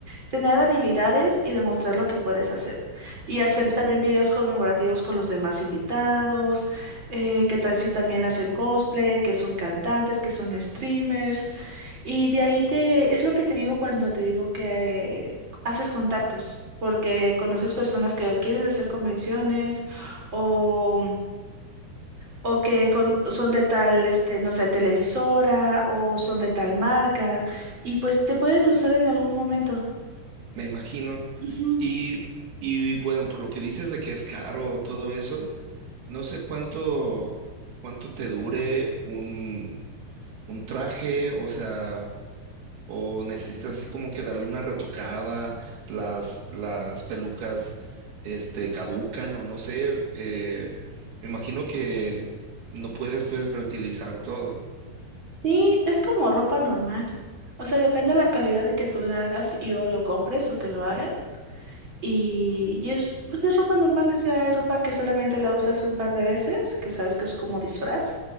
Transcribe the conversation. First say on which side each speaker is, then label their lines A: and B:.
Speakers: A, on the right (about 30°); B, on the right (about 75°).
A: tener habilidades y demostrar lo que puedes hacer. Y hacer
B: Sí,
A: también videos conmemorativos con los demás invitados, eh, que tal si también hacen cosplay, que son cantantes, que son streamers. Y de ahí te, es lo que te digo cuando te digo que eh, haces contactos, porque conoces personas que o quieren hacer convenciones o, o que con- son de tal, este, no sé, televisora o son de tal marca y pues te pueden usar en algún momento.
B: me imagino.
A: Ujú.
B: Y, y bueno, por lo que dices de que es caro todo eso, no sé cuánto, cuánto te dure un, un traje, o sea, o necesitas así como que darle una retocada, las, las pelucas, este, caducan o no sé, eh, me imagino que no puedes pues reutilizar todo.
A: Sí, es como ropa normal. O sea, depende de la calidad de que tú la hagas y o lo compres o te lo hagas. Y, y es, pues es ropa normal, o sea, hay ropa que solamente la usas un par de veces, que sabes que es como disfraz.